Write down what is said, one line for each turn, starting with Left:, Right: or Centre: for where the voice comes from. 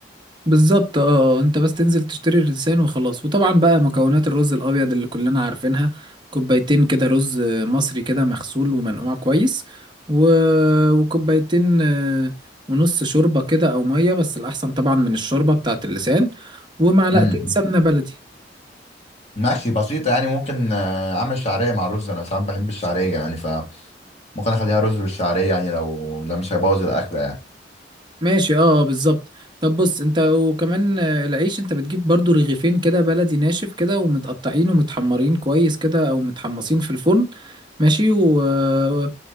Right: بالظبط اه آه، انت بس تنزل تشتري الرزان وخلاص وطبعا بقى مكونات الرز الابيض اللي كلنا عارفينها كوبايتين كده رز مصري كده مغسول ومنقوع كويس و... وكوبايتين آه، ونص شوربة كده او مية بس الاحسن طبعا من الشوربة بتاعت اللسان ومعلقتين
Left: امم
Right: سمنة بلدي
Left: ماشي بسيطه يعني ممكن آه، اعمل شعريه مع رز انا ساعات بحب الشعريه يعني فممكن اخليها رز بالشعريه يعني لو ده مش هيبوظ الاكله يعني
Right: ماشي اه بالظبط طب بص انت وكمان آه، العيش انت بتجيب برضو رغيفين كده بلدي ناشف كده ومتقطعين ومتحمرين كويس كده او متحمصين في الفرن ماشي و... آه،